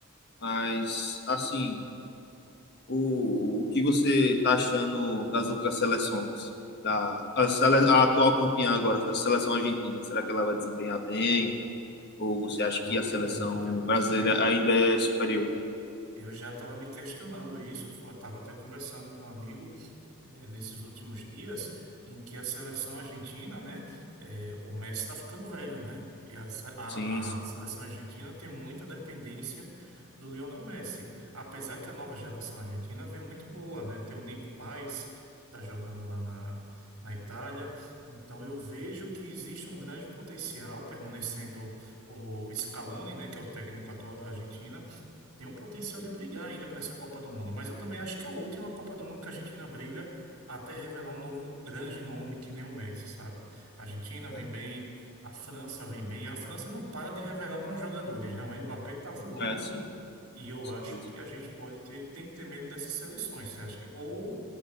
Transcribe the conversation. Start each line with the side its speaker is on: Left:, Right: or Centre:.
Left: Mas, assim, o, o que você está achando das outras seleções? Da, a, sele- a atual campeã agora, da seleção argentina, será que ela vai desempenhar bem? Ou você acha
Right: Boa
Left: que a seleção
Right: pergunta, até porque
Left: brasileira ainda é superior?
Right: Eu já estava me questionando isso, eu estava até conversando com um amigo eh, nesses últimos dias, em que a seleção argentina, né, eh, o Messi está ficando velho, né? E a, se- a-
Left: Sim, sim,
Right: a seleção argentina tem muita dependência do Lionel Messi, apesar que a nova geração argentina vem muito boa, né? Tem o Nico Paes, que está jogando lá na, na Itália, então eu vejo que existe um grande potencial permanecendo o Scaloni, né, que é o técnico atual da Argentina tem um potencial
Left: sim.
Right: de brigar ainda para essa Copa do Mundo, mas eu também acho que é a última Copa do Mundo que a Argentina briga até revelar um novo grande nome que nem o Messi, sabe? A Argentina
Left: É,
Right: vem bem, a França vem bem, a França não para de revelar bons jogadores, né? O Mbappé tá voando
Left: é, sim,
Right: e
Left: com
Right: eu
Left: certeza.
Right: acho que a gente pode ter, tem que ter medo dessas seleções, você acha que ou